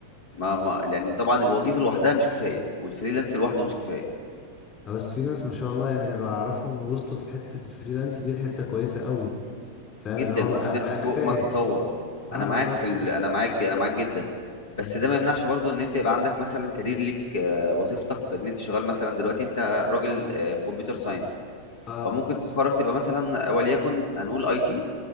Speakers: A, on the left (about 60°); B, on the left (about 30°).
A: ما ما لإن طبعًا الوظيفة لوحدها مش كفاية، والfreelance لوحده مش كفاية.
B: آه، بس في ناس ما شاء الله يعني بعرفهم يوصلوا في حتة الفريلانس دي لحتة كويسة قوي فاهم
A: جدًا،
B: اللي هو بقى
A: وفي ناس
B: بقى
A: فوق
B: كفاية
A: ما تتصوّر،
B: اه
A: أنا
B: بالظبط
A: معاك في ال أنا معاك أنا معاك جدًا،
B: مم.
A: بس ده ما يمنعش برضه إن أنت يبقى عندك مثلًا career ليك آه، وظيفتك، إن أنت شغّال مثلًا دلوقتي أنت راجل آآ في computer science
B: اه
A: فممكن تتخرّج تبقى مثلًا وليكن هنقول IT